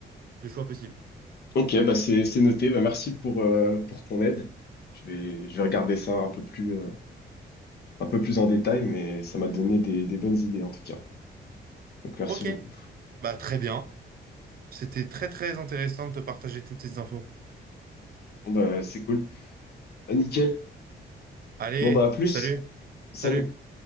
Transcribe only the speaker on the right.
de choix possibles.
Ok,
bah très bien. C'était très très intéressant de te partager toutes ces infos.
Allez,
salut, salut.